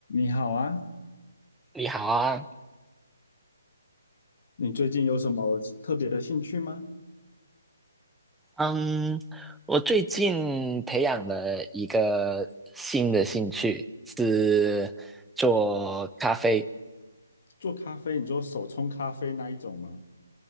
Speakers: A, on the left; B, in the centre.
A: 你好啊，
B: 你好啊，
A: 你最近有什么特别的兴趣吗？
B: 嗯，我最近培养了一个新的兴趣，是做咖啡。
A: 做咖啡，你说手冲咖啡那一种吗？